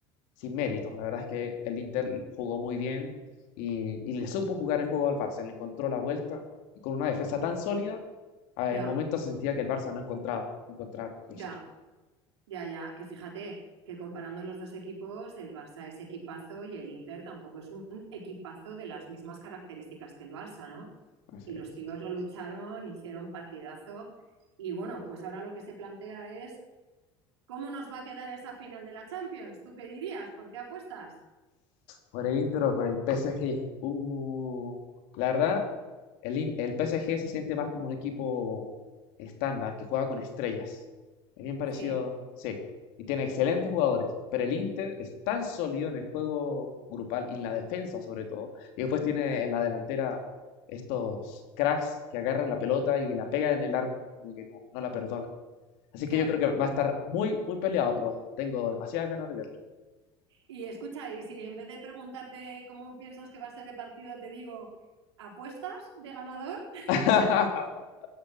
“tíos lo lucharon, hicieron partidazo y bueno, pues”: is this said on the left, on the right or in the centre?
Right